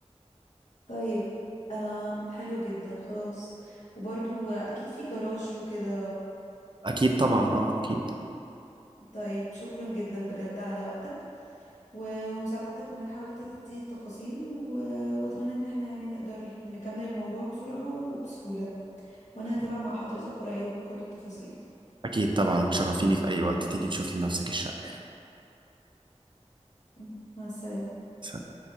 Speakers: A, on the left; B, on the right.
A: طيب آم حلو جدا خلاص وبرضو اكيد في جراج وكده
B: اكيد طبعا اه اكيد
A: طيب شكرا جدا بجد على وقتك و- ومساعدتك انك حاولت تديني التفاصيل و... واتمنى ان احنا يعني نقدر نكمل الموضوع بسرعة وبسهولة وانا هتابع مع حضرتك قريب كل التفاصيل
B: اكيد طبعا وتشرفيني في اي وقت تيجي تشوفي بنفسك الشقه
A: مم، مع السلامة
B: يعني